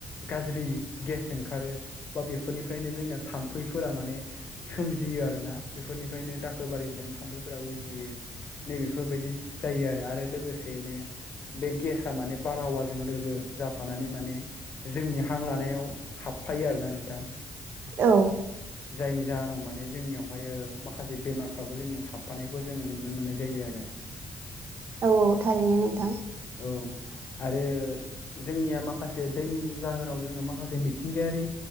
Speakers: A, on the left (about 55°); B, on the right (about 65°).
A: गाज्रि गेस ओंखारो बा बेफोरनिफ्रायनो जोंना थाम्फैफोरा माने सोमजियो आरोना बेफोरनिफ्रायनो दाखोरबारिनिफ्रायनो थाम्फैफोरा उजियो। नै बेेफोरबायदि जायो आरो आरो लोगोसेनो बे गेस माने बारहावाजों लोगो जाफानानै माने जोंनि हां लानायाव हाबफायो आरोना नोंथां।
B: औ
A: जायनि जाहोनाव माने जोंनियावहाय ओ माखासे बेमार फाबो जोंनियाव साफानायखौ जोङो नुनो मोननाय जायो आरो।
B: औ औ थारैनो नोंथां।
A: औ आरो जोंनिया माखासे दैनि जाहोनाव जोङो माखासे मिथिंगायारि